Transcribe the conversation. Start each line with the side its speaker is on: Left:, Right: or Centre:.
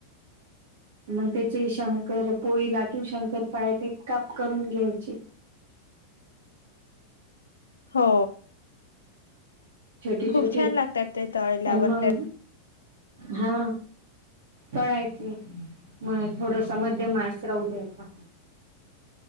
Right: मग त्याचे शंकर, पोळी लाटून शंकरपाळ्या टिपकाप करून घ्यायची
Left: हो
Right: छोटे
Left: खूप
Right: छोटे
Left: छान लागतात ते तळल्यावर
Right: आणि मग
Left: ते
Right: हा तळायचे म थोडस मध्यम आसरवू द्यायचा